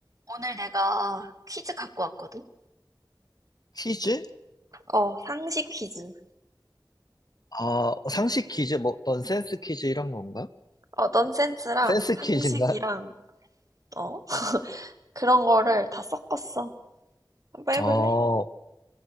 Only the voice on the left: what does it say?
퀴즈?
아, 상식 퀴즈? 뭐, 넌센스 퀴즈 이런 건가?
센스
퀴즈인가?
아, 어,